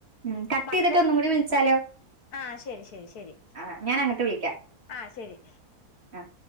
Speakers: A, on the right; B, on the left.
A: ഉം കട്ട്
B: മദ്രസ്
A: ചെയ്തിട്ട് ഒന്നും കൂടി വിളിച്ചാലോ
B: ആഹ് ശരി ശരി ശരി
A: ആഹ് ഞാനങ്ങട്ട് വിളിക്കാം.
B: ആഹ് ശരി
A: ആഹ്